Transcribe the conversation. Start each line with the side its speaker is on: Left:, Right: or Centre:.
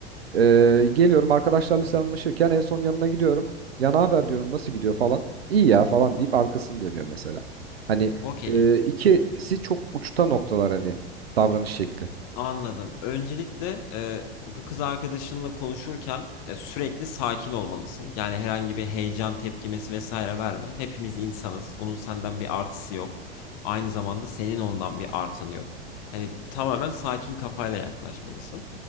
Right: Eee, geliyorum arkadaşlarla selamlaşırken en son yanına gidiyorum. Ya ne haber diyorum nasıl gidiyor falan. İyi ya falan deyip arkasını dönüyor mesela. Hani
Left: Okey.
Right: eee ikisi çok uçta noktalar hani davranış şekli.
Left: Anladım. Öncelikle e, bu kız arkadaşınla konuşurken e, sürekli sakin olmalısın. Yani herhangi bir heyecan tepkimesi vesaire verme. Hepimiz insanız. Onun senden bir artısı yok. Aynı zamanda senin ondan bir artanı yok. Hani tamamen sakin kafayla yaklaşmalısın.